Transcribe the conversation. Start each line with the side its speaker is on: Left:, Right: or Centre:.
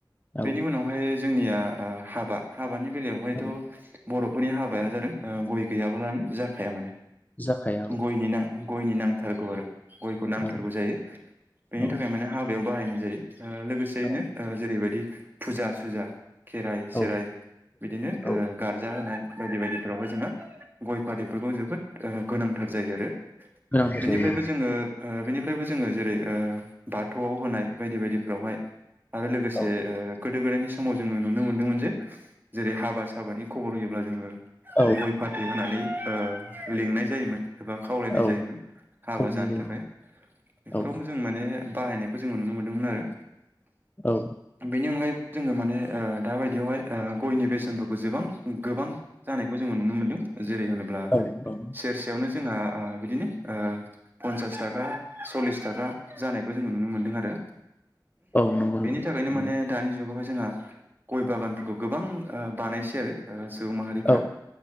Right: बेनि
Left: औ
Right: उनावहाय जोंनिया आ हाबा हाबानि बेलायावहायथ'
Left: औ
Right: बर'फोरनि हाबाया जादों ओ गय गैयाबालानो जाखाया माने
Left: जाखाया औ
Right: गयनि ना गयनि नांथारगौ आरो गयखौ नांथारगौ
Left: औ
Right: जायो। बेनि
Left: औ
Right: थाखाय माने हाबायाव बाहायनाय जायो ओ लोगोसेयैनो
Left: औ
Right: ओ जेरै बेबायदि फुजा सुजा खेराइ सेराइ
Left: औ
Right: बिदिनो
Left: औ
Right: ओ गार्जा होनाय बायदि बायदिफोरावहाय जोंङो गय फाथैफोरखौ जोबोद गोनांथार जायो आरो
Left: गोनांथार
Right: बेनिफ्रायबो
Left: जायो
Right: जोङो ओ बेनिफ्रायबो जोङो जेरै ओ बाथौआव होनाय बायदि बायदिफ्रावहाय आरो लोगोसे
Left: औ
Right: ओ गोदो गोदायनि समाव जोङो नुनो मोनदोंमोन जे जेरै हाबा साबानि खबर होयोब्ला जोङो
Left: औ
Right: गय फाथै होनानै ओ लिंनाय जायोमोन। एबा खावलायनाय
Left: औ
Right: जायोमोन हाबा
Left: खावलायनाय
Right: जानो थाखाय
Left: जायो
Right: बेफोरावबो
Left: औ
Right: जों माने बाहायनायखौ जोङो नुनो मोनदोंमोन आरो
Left: औ
Right: बेनि अनगायैबो जोङो माने ओ दाबायदियावहाय ओ गयनि बेसेनफोरखौ जोबां गोबां जानायखौ जोङो नुनो मोनदों। जेरै होनोब्ला
Left: औ औ
Right: सेरसेयावनो जोंहा ओ बिदिनो ओ पन्सास थाखा सल्लिस थाखा जानायखौ जोङो नुनो मोनदों आरो।
Left: औ नंगौ
Right: बेनि
Left: नोंथां
Right: थाखायनो
Left: नंगौ
Right: माने दानि जुगावहाय जोंहा गय बागानफोरखौ गोबां ओ बानायसै आरो सुबुं माहारिफ्रा
Left: औ